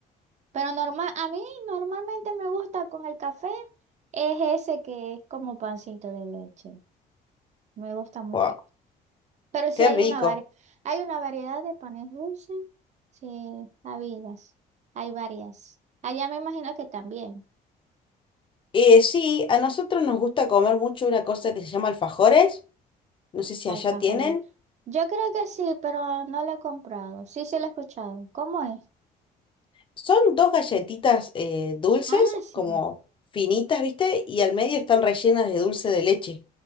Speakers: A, on the right (about 45°); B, on the left (about 30°).
A: Pero normal, a mí normalmente me gusta con el café, es ese que es como pancito de leche. Me gusta mucho.
B: guau,
A: Pero sí
B: qué
A: hay
B: rico.
A: una vari- hay una variedad de panes dulces. Sí, habidas. Hay varias. Allá me imagino que también,
B: Eh, sí, a nosotros nos gusta comer mucho una cosa que se llama alfajores. No sé si
A: alfajores.
B: allá tienen.
A: Yo creo que sí, pero no lo he comprado. Sí, sí lo he escuchado. ¿Cómo es?
B: Son dos galletitas eh, dulces,
A: Ah, sí,
B: como finitas, ¿viste? Y al medio están rellenas de dulce de leche.